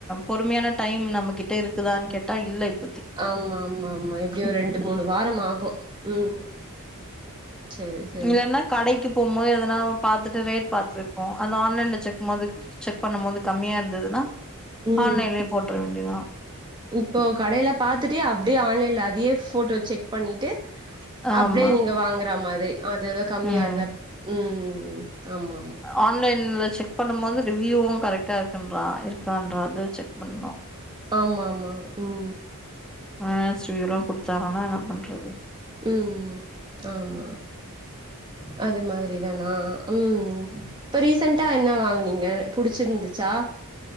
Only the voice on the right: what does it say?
ஆம் ஆம் ஆமா எப்டியு ரெண்டு மூணு வாரமாகூ ம் சேரி சேரி
ம்
இப்போ கடையில பாத்துட்டு அப்டியே ஆன்லைன்ல அதையே ஃபோட்டோ செக் பண்ணிட்டு
அப்டியே நீங்க வாங்குற மாரி அதுவெர கம்மியா
இருந்தா ம் ம் ம் ஆமா ஆமா
ஆமா ஆமா ம்
ம் ம் ம் ஆமா அது மாதிரி தா நா ம் இப்ப ரீசன்டா என்ன வாங்குனீங்க புடிச்சிருந்துச்சா